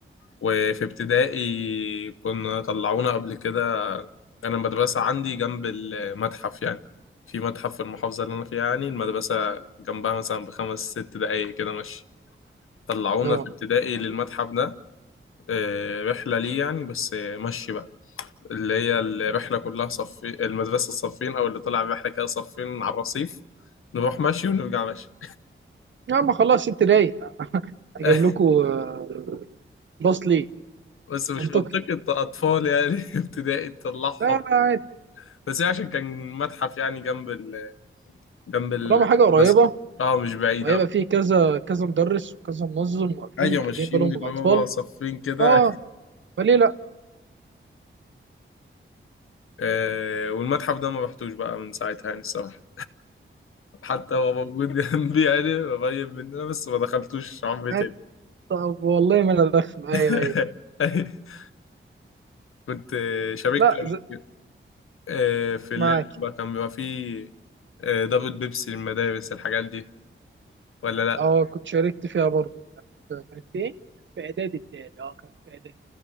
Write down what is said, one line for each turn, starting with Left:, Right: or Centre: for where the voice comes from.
Left: وفي ابتدائي كنا طلعونا قبل كده انا المدرسه عندي جنب المتحف يعني في متحف في المحافظه اللي انا فيها يعني المدرسه جنبها مثلا بخمس ست دقايق كده مشي طلعونا
Right: اه
Left: في ابتدائي للمتحف ده آه، رحله ليه يعني بس آه، مشي بقى اللي هي الرحله كلها صف المدرسه الصفين او اللي طلع الرحله كده صفين على الرصيف نروح مشي ونرجع مشي
Right: يا ما خلاص ست دقايق اجيب
Left: <laughs>
Right: لكم آه، باص ليه
Left: بس مش
Right: منطقي
Left: منطقة أطفال يعني <laughs> ابتدائي تطلعهم
Right: لا لا عادي
Left: بس هي عشان كان متحف يعني جنب ال جنب ال
Right: طالما حاجه قريبه
Left: بس اه مش بعيد
Right: وهيبقى
Left: أوي
Right: فيه كذا كذا مدرس وكذا منظم واقفين
Left: ايوه ماشيين
Right: مخليين بالهم من
Left: اللي
Right: الاطفال
Left: هو صفين كده
Right: اه فليه لا
Left: آه والمتحف ده ما رحتوش بقى من ساعتها يعني الصراحه حتى هو موجود جنبي يعني قريب مننا بس ما دخلتوش عمري
Right: معاك.
Left: تاني
Right: طب والله ما انا داخل ايوه
Left: <laughs>
Right: ايوه
Left: كنت آه، شاركت
Right: لا
Left: قبل
Right: ز...
Left: كده، آه في
Right: معاك
Left: اللعب بقى كان بيبقى فيه آه ضربة بيبسي للمدارس الحاجات دي ولا لا
Right: اه كنت شاركت فيها برضو كانت كانت في ايه في اعدادي بتاعي اه كانت في اعدادي